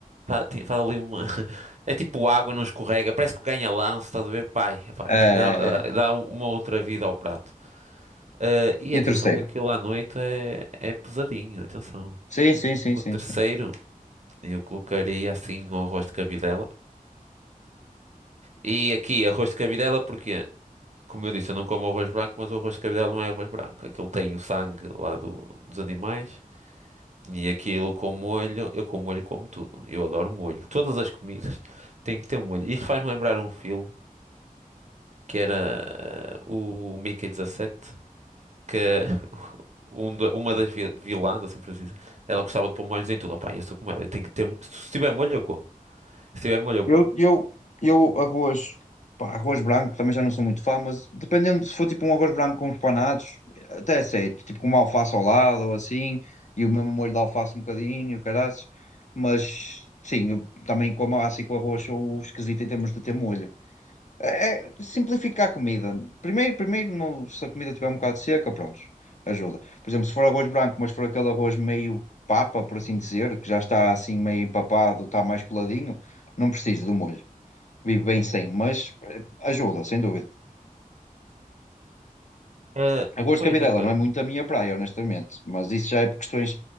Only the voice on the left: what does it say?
Eh,
e o terceiro?
Sim, sim, sim,
sim,
sim.
Eu, eu, eu arroz, pá, arroz branco, também já não sou muito fã, mas dependendo se for tipo um arroz branco com uns panados, até aceito, tipo com uma alface ao lado ou assim, e o mesmo molho de alface um bocadinho, caraças, mas sim, eu também com a massa e com o arroz sou esquisito em termos de ter molho. É, é simplificar a comida. Primeiro, primeiro não- se a comida estiver um bocado seca, pronto, ajuda. Por exemplo, se for arroz branco, mas for aquele arroz meio papa, por assim dizer, que já está assim meio empapado, está mais coladinho, não preciso do molho vivo bem sem, mas eh, ajuda, sem dúvida.
A cor
de cabidela
não é muito a minha praia, honestamente, mas isso já é por questões.